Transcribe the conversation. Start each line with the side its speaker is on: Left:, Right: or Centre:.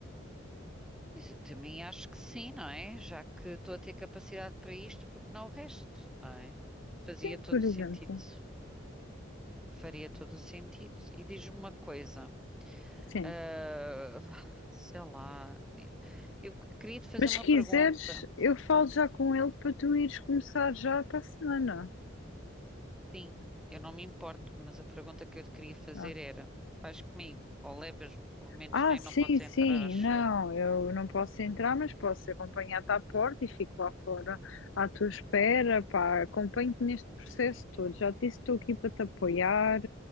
Centre: Pois eu também acho que sim, não é? Já que estou a ter capacidade para isto, porque não o resto, não é? Fazia
Left: Sim,
Centre: todo
Left: por
Centre: sentido.
Left: exemplo.
Centre: Faria todo o sentido. E diz-me uma coisa,
Left: Sim.
Centre: ah, sei lá, eu queria te fazer
Left: Mas
Centre: uma
Left: se quiseres,
Centre: pergunta.
Left: eu falo
Centre: Hum,
Left: já com ele para tu ires começar já para a semana.
Centre: sim, eu não me importo, mas a pergunta que eu te queria fazer
Left: Ah,
Centre: era: vais comigo ou levas-me pelo menos,
Left: Ah,
Centre: nem
Left: sim,
Centre: Não podes
Left: sim,
Centre: entrar, acho
Left: não,
Centre: eu.
Left: eu não posso entrar, mas posso acompanhar-te à porta e fico lá fora à tua espera, pá, acompanho-te neste processo todo. Já te disse, estou aqui para te apoiar